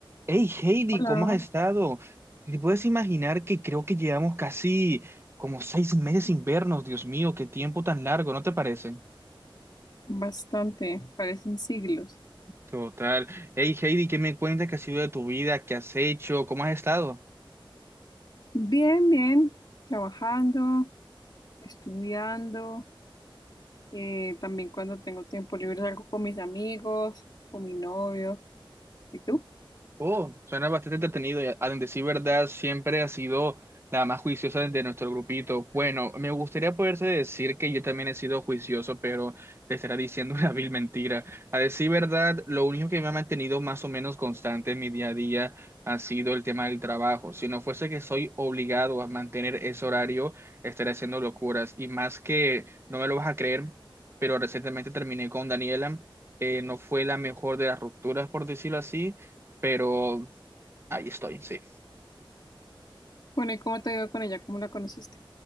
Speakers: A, on the right (about 25°); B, on the left (about 50°).
A: Hey Heidi,
B: Hola,
A: ¿cómo has estado? ¿Te puedes imaginar que creo que llevamos casi como seis meses sin vernos? Dios mío, qué tiempo tan largo, ¿no te parece?
B: bastante, parecen siglos.
A: Total. Hey Heidi, ¿qué me cuentas que ha sido de tu vida? ¿Qué has hecho? ¿Cómo has estado?
B: Bien, bien, trabajando, estudiando, eh, también cuando tengo tiempo libre salgo con mis amigos, con mi novio. ¿Y tú?
A: Oh, suena bastante entretenido. y, A a decir verdad, siempre ha sido la más juiciosa de nuestro grupito. Bueno, me gustaría poderse decir que yo también he sido juicioso, pero te estará diciendo <laughs> una vil mentira. A decir verdad, lo único que me ha mantenido más o menos constante en mi día a día ha sido el tema del trabajo. Si no fuese que soy obligado a mantener ese horario, estaría haciendo locuras. Y más que, no me lo vas a creer, pero recientemente terminé con Daniela. Eh, no fue la mejor de las rupturas, por decirlo así pero ahí estoy, sí.
B: Bueno, ¿y cómo te ha ido con ella? ¿Cómo la conociste?